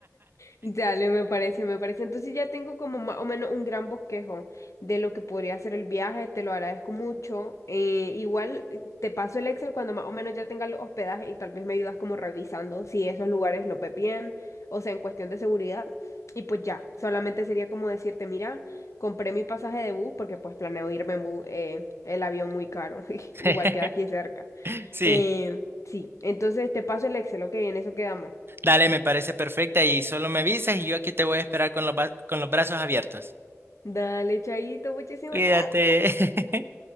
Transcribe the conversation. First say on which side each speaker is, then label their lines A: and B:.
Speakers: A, on the left; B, on the right.
A: Dale, me parece, me parece. Entonces ya tengo como más o menos un gran bosquejo de lo que podría ser el viaje, te lo agradezco mucho. Eh, igual eh, te paso el Excel cuando más o menos ya tenga los hospedajes y tal vez me ayudas como revisando si esos lugares los ve bien, o sea, en cuestión de seguridad. Y pues ya, solamente sería como decirte, mira, compré mi pasaje de bus porque pues planeo irme en bus, eh, el avión muy caro, <laughs> igual
B: <laughs>
A: queda aquí cerca.
B: Sí.
A: Eh, sí, entonces te paso el Excel, ok, en eso quedamos.
B: Dale, me parece perfecta y solo me avisas y yo aquí te voy a esperar con los, ba- con los brazos abiertos.
A: Dale, Chaito, muchísimas
B: Cuídate.
A: gracias.
B: <laughs>